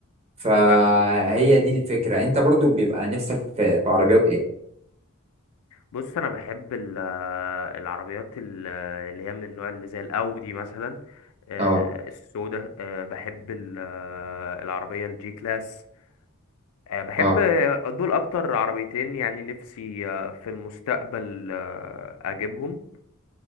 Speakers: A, on the right; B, on the left.
A: فهي
B: فاهمك
A: دي الفكرة انت برضو بيبقى نفسك في في عربيات ايه
B: بص انا بحب ال- العربيات ال- اللي هي من النوع اللي زي الاودي مثلا آه،
A: اه
B: السودا آه، بحب ال- العربيه الجي كلاس آه، بحب
A: اه
B: دول اكتر عربيتين يعني نفسي آه، في المستقبل آه، اجيبهم